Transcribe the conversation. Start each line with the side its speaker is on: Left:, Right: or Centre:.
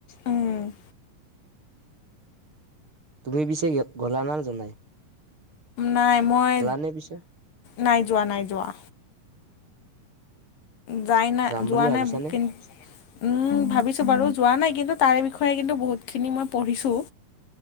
Left: উম
Right: তুমি পিছে গলা না যোৱা নাই?
Left: নাই মই
Right: নে পিছে
Left: নাই যোৱা নাই যোৱা। যাই নাই
Right: যাম বুলি
Left: যোৱা
Right: ভাবিছানে
Left: নাই কিন্ত। উম ভাবিছোঁ বাৰু যোৱা নাই কিন্তু তাৰে বিষয়ে কিন্তু বহুতখিনি মই পঢ়িছোঁ।